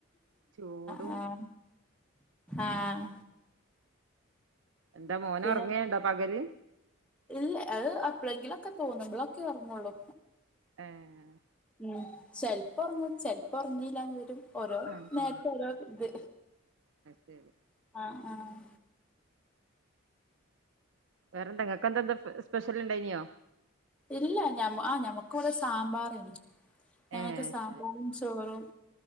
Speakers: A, on the right; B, in the centre.
A: ചൂടും
B: ആഹ് ആഹ്
A: എന്താ മോന്
B: പിന്നെ
A: ഉറങ്ങേണ്ടോ പകല്.
B: ഇല്ല അത് എപ്പോളെങ്കിലൊക്കെ തോന്നുമ്പളൊക്കെ ഒറങ്ങോള്ളൂ
A: ഏഹ്.
B: ഉം ചിലപ്പോ ഒറങ്ങും ചിലപ്പോ ഒറങ്ങീല്ലാന്ന് വരും ഓരോ
A: ആ
B: നേര്ത്ത് ഓരോ ഇത്
A: ശരി
B: ആഹ് ആഹ്
A: വേറെ എന്താ ഇങ്ങക്കെന്താ സ്പെഷ്യൽ ഉണ്ടായിരുന്നോ
B: ഇല്ല ഞ ആഹ് ഞമ്മക്ക് ഇവിടെ സാമ്പാറേനി ഞങ്ങൾക്ക്
A: ഏ
B: സാമ്പാറും
A: ശരി
B: ചോറും